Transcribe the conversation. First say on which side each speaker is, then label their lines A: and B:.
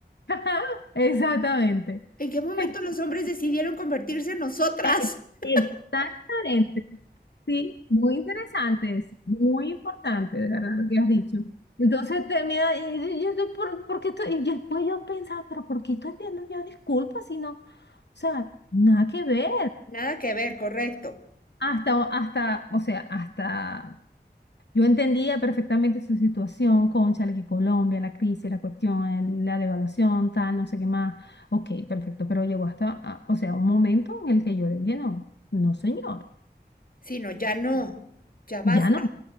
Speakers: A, on the left; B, on the left.
A: <laughs> Exactamente.
B: ¿En qué momento
A: Ex-
B: los hombres decidieron convertirse en nosotras?
A: Ex-
B: <laughs>
A: Exactamente. Sí, muy interesante es muy importante, de verdad, lo que has dicho. Entonces termina, y, y- y yo, de- ¿por, por qué estoy? Y después yo pensaba, pero ¿por qué estoy viendo yo disculpas si no? O sea, nada que ver.
B: Nada que ver, correcto.
A: Hasta, hasta, o sea, hasta. Yo entendía perfectamente su situación, cónchale, que Colombia, la crisis, la cuestión, el- la devaluación, tal, no sé qué más. Ok, perfecto, pero llegó hasta, a- o sea, un momento en el que yo le dije, no, no señor,
B: Sí, no, ya no, ya basta.
A: ya no,